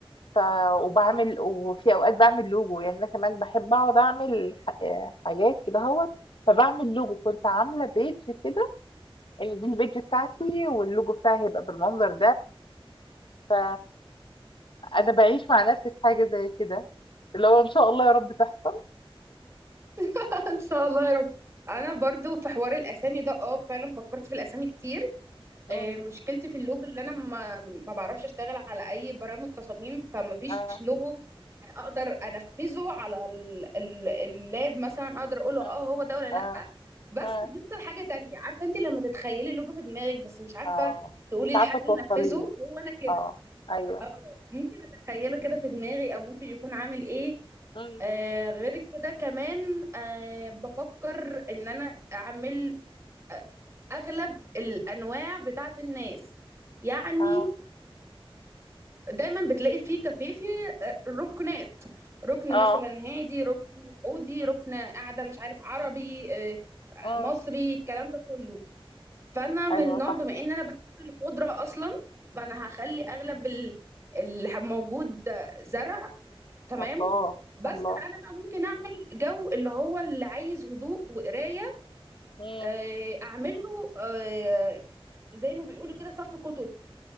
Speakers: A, on the left; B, on the right.
A: ف وبعمل
B: صح
A: وفي اوقات بعمل لوجو يعني انا كمان بحب اقعد اعمل ح- حاجات كده اهوت فبعمل لوجو كنت عامله بيج كده ان دي البيج بتاعتي واللوجو بتاعي هيبقى بالمنظر ده انا بعيش مع نفسي في حاجه زي كده اللي هو ان شاء الله يا رب تحصل
B: <laughs> ان شاء الله يا رب انا برضو في حوار الاسامي ده اه فعلا فكرت في الاسامي كتير
A: مم.
B: آه، مشكلتي في اللوجو اللي انا ما ما بعرفش اشتغل على اي برامج تصاميم فما فيش
A: اه
B: لوجو اقدر انفذه على ال- ال- اللاب مثلا اقدر اقوله اه
A: اه
B: هو ده ولا لا
A: اه
B: بس
A: اه
B: بيحصل حاجه تانية عارفه انت لما تتخيلي اللوجو في دماغك بس مش عارفه
A: اه
B: تقولي
A: مش عارفه
B: لحد
A: توصليه
B: ينفذه هو انا كده
A: اه ايوه
B: اه ممكن اتخيله كده في دماغي او ممكن يكون عامل ايه
A: مم.
B: آه غير كده كمان آه بفكر ان انا اعمل آه، اغلب الانواع بتاعت الناس يعني
A: اه
B: دايما بتلاقي في كافيه فيه آه، ركنات ركن
A: اه
B: مثلا هادي ركن سعودي ركن قاعده مش عارف عربي آه،
A: اه
B: مصري الكلام ده كله فانا من
A: ايوه
B: نوع
A: صح
B: بما ان انا بحب الخضره اصلا فانا هخلي اغلب ال- اللي هب- موجود ده زرع تمام
A: الله
B: بس
A: الله
B: انا بقى ممكن اعمل جو اللي هو اللي عايز هدوء وقرايه
A: مم.
B: آه، اعمله آه، زي ما بيقولوا كده صف كتب